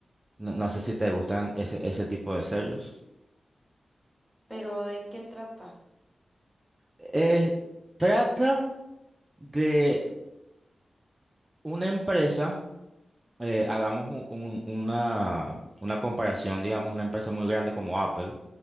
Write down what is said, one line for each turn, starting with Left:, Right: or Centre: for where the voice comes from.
Right: No, no sé si te gustan ese, ese tipo de series.
Centre: pero ¿de qué trata?
Right: Es trata de una empresa, eh, hagamos un- un- una, una comparación, digamos, una empresa muy grande como Apple,